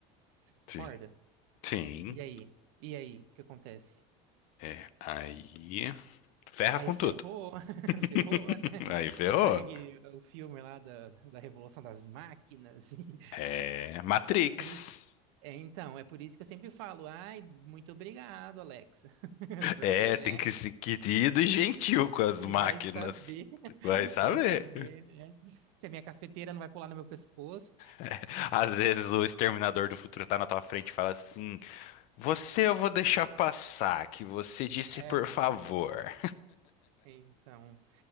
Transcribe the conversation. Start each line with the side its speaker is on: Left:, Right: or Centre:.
Right: Você concorda?
Left: Sim. Sim.
Right: E aí? E aí? O que acontece?
Left: É. Aí ferra
Right: Aí
Left: com
Right: ferrou,
Left: tudo.
Right: <laughs>
Left: <laughs>
Right: ferrou, né?
Left: Aí ferrou.
Right: Sabe aquele, o filme lá da, da Revolução das Máquinas? <laughs>
Left: É Matrix.
Right: É por isso. É, então, é por isso que eu sempre falo, ai, muito obrigado, Alexa. <laughs> Porque,
Left: É,
Right: né?
Left: tem que ser querido e gentil com as
Right: e
Left: máquinas.
Right: Vai saber, <laughs>
Left: Vai saber.
Right: vai saber, né? Se a minha cafeteira não vai pular no meu pescoço.
Left: É, Às vezes o exterminador do futuro tá na tua frente e fala assim: Você eu vou deixar passar, que você disse
Right: É,
Left: por favor.
Right: então.